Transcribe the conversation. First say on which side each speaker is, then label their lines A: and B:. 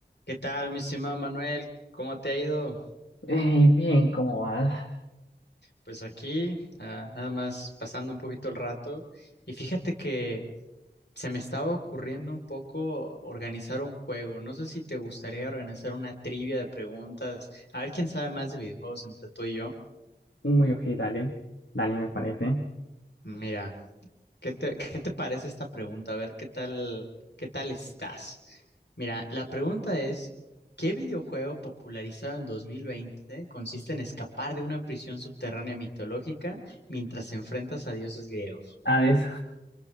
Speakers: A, on the left; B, on the left.
A: ¿Qué tal, mi estimado Manuel? ¿Cómo te ha ido?
B: Eh, bien, ¿cómo vas?
A: Pues aquí, ah, nada más pasando un poquito el rato. Y fíjate que se me estaba ocurriendo un poco organizar un juego. No sé si te gustaría organizar una trivia de preguntas. A ver quién sabe más de videojuegos entre tú y yo.
B: Muy ok, dale. Dale, me parece.
A: Mira, ¿Qué te, qué te parece esta pregunta? A ver, ¿qué tal, qué tal estás? Mira, la pregunta es, ¿qué videojuego popularizado en 2020 consiste en escapar de una prisión subterránea mitológica mientras enfrentas a dioses griegos?
B: Ah, eso.